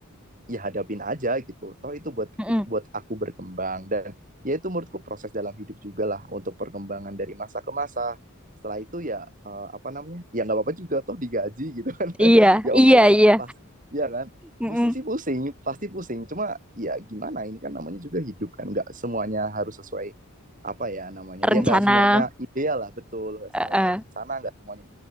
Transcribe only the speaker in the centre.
Mm-mm.
Iya,
iya,
iya.
Mm-mm.
Rencana.
eh,
eh.